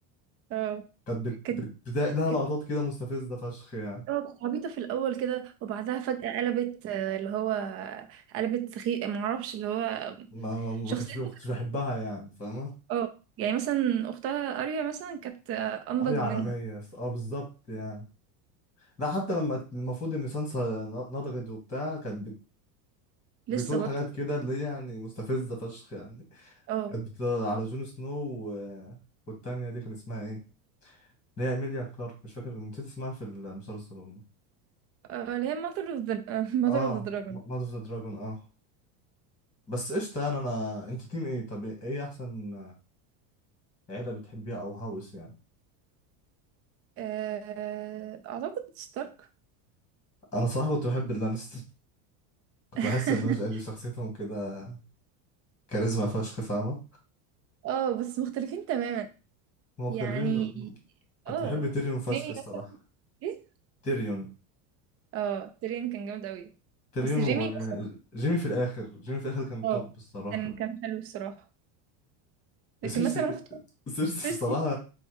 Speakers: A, on the right; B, on the left.
A: اه
B: كانت بت...
A: كانت
B: بت... بتا... لها
A: كانت
B: لقطات كده مستفزه فشخ يعني
A: اه كنت عبيطة في الأول كده وبعدها فجأة قلبت آه، اللي هو قلبت سخي معرفش اللي هو
B: ما ما ما
A: شخصيته
B: كنتش ما كنتش
A: كده
B: بحبها يعني فاهمة
A: اه يعني مثلا أختها أريا مثلا كانت آه، أنضج
B: قرية عالمية
A: منها
B: اه بالظبط يعني لا حتى لما المفروض ان سانسا نضجت وبتاع كانت بت...
A: لسه
B: بتقول
A: برضه
B: حاجات كده اللي هي يعني مستفزة فشخ يعني
A: اه
B: كانت بت... على جون سنو و... والتانية دي كان اسمها ايه اللي هي ايميليا كلارك مش فاكر نسيت اسمها في المسلسل والله
A: آه، اللي هي mother of the <laughs> mother
B: اه
A: of the dragon
B: ماذر اوف ذا دراجون اه بس قشطة يعني انا انت تيم ايه طب ايه احسن عيلة بتحبيها او هاوس يعني
A: آه، أعتقد ستارك
B: انا صراحة كنت بحب اللانستر كنت
A: <laughs>
B: بحس ان هو قال شخصيتهم كده كاريزما فشخ فاهمة
A: اه بس مختلفين تماما
B: هما
A: يعني
B: مختلفين في- كنت
A: اه
B: بحب تيريون فشخ
A: جيمي
B: الصراحة
A: مثلا ايه
B: تيريون
A: اه تيريون كان جامد أوي
B: تيريون
A: بس جيمي مثلا
B: وجيمي في الآخر جيمي في الآخر كان
A: اه
B: توب الصراحة
A: كان كان حلو الصراحة لكن
B: سيرسي
A: مثلا اختار
B: سيرسي
A: سيرسي
B: الصراحة